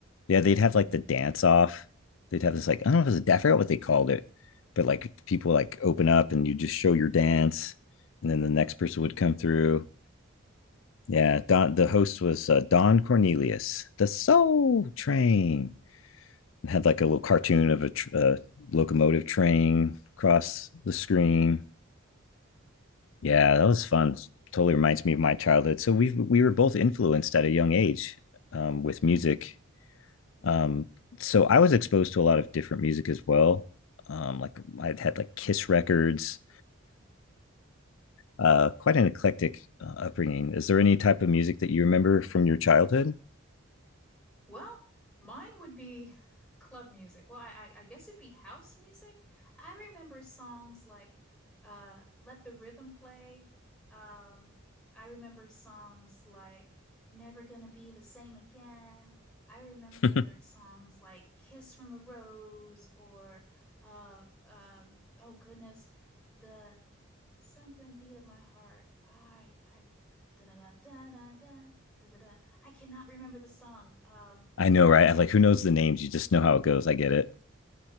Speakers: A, on the left (about 70°); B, in the centre.
A: Yeah, they'd have
B: hmm
A: like the dance off. They'd have this like I don't know if it was a da- I forgot what they called it, but like people like open up and you just show your dance, and then the next person would come through. Yeah, Don the host was uh, Don Cornelius, the Soul Train, and had like a little cartoon of a tr- uh, locomotive train across the screen. Yeah, that was fun. Totally reminds me of my childhood. So we we were both influenced at a young age um, with music. Um, so I was exposed to a lot of different music as well. Um, like I had like Kiss records. Uh, quite an eclectic uh, upbringing. Is there any type of music that you remember from your childhood?
B: Well, mine would be club music. Well, I, I, I guess it'd be house music. I remember songs like uh, Let the Rhythm Play. Um, I remember songs like Never Gonna Be the Same Again. I remember
A: <laughs> Nice.
B: songs like Kiss from a Rose or uh, um, oh goodness, the something beat of my heart. I I da da da da da da da da. I cannot remember the song. Um,
A: I know, right? Like, who knows the names? You just know how it goes. I get it.